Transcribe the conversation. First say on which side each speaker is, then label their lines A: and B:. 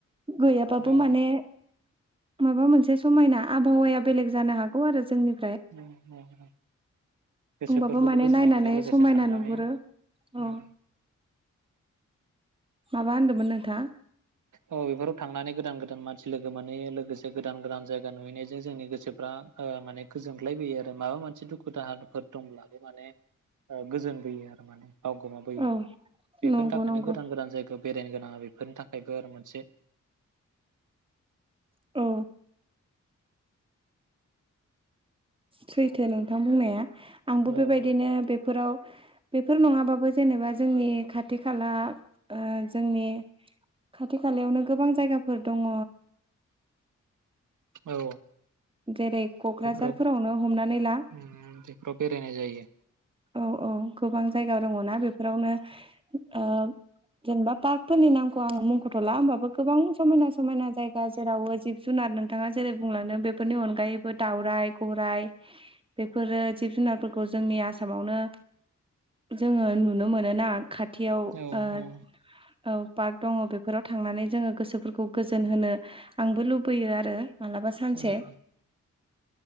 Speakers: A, on the right (about 15°); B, on the right (about 75°).
A: गैयाबाबो
B: औ
A: माने माबा मोनसे समायना आबहावाया बेलेग जानो हागौ आरो जोंनि
B: अ अ अ गोसोफोरखौबो
A: होमबाबो माने
B: गोजोननाय
A: नायनानै
B: मोनो लोगोसे
A: समायना
B: थांनानै
A: नुहुरो अ
B: ओ
A: माबा होनदोंमोन नोंथाङा
B: औ बेफोराव थांनानै गोदान गोदान मानसि लोगो मोनै लोगोसे गोदान गोदान जायगा नुहैनायजों जोंनि गोसोफ्रा ओ माने गोजोनग्लायबोयो आरो माबा मोनसे दुखु दाहाफोर दंब्लाबो माने ओ गोजोनबोयो आरो माने बावगोमाबोयो
A: औ
B: बेफोरनि
A: नंगौ
B: थाखायनो
A: नंगौ
B: गोदान गोदान जायगायाव बेरायनो आंहा बेफोरनि थाखायबो आरो मोनसे
A: औ सैथो नोंथां बुंनाया आंबो बेबायदिनो
B: औ
A: बेफोराव बेफोर नङाबाबो जेनेबा जोंनि खाथि खाला ओ जोंनि खाथि खालायावनो गोबां जायगा फोर दङ
B: औ
A: जेरै क'क्राझारफोरावनो
B: बेफोराव
A: हमनानै ला
B: उम बेफोराव बेरायनाय जायो
A: औ औ गोबां जायगा दङ ना बेफोरावनो ओ जेनेबा पार्क फोरनि नामखौ आङो मुंखथ'ला होमबाबो गोबां समायना समायना जाय गा जेरावबो जिब जुनार नों थाङा जेरै बुंलांदों बे फोरनि अनगायैबो दाउराइ गराइ बेफोरो जिब जुनारफोरखौ जोंनि आसामावनो जोङो नुनो मोनोना खा थियाव
B: औ
A: ओ
B: औ
A: औ पार्क दङ बेफोराव थांनानै जोङो गोसोफोरखौ गोजोन होनो आंबो लुबैयो आरो मालाबा सानसे
B: उम